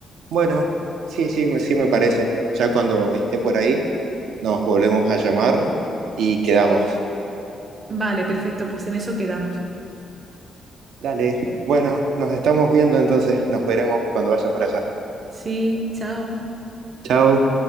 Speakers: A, on the right (about 85°); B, on the right (about 30°).
A: bueno, sí, sí, me- sí me parece. Ya cuando esté por ahí, nos volvemos a llamar y quedamos.
B: Vale, perfecto, pues en eso quedamos.
A: Dale, bueno, nos estamos viendo entonces, nos veremos cuando vaya para allá.
B: Sí, chao.
A: Chao.